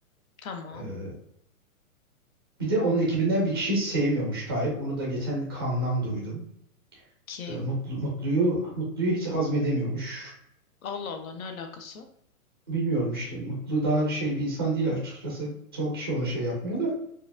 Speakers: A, on the left (about 70°); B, on the right (about 20°).
A: Tamam.
B: Ee, bir de onun ekibinden bir kişiyi sevmiyormuş Tayyip. Onu da geçen Kaan'dan duydum.
A: Kim?
B: Ee, Mutlu, Mutlu'yu Mutlu'yu hiç hazmedemiyormuş.
A: Allah Allah ne alakası?
B: Bilmiyorum işte. Mutlu daha şey bir insan değil açıkçası. Çoğu kişi onu şey yapmıyor da.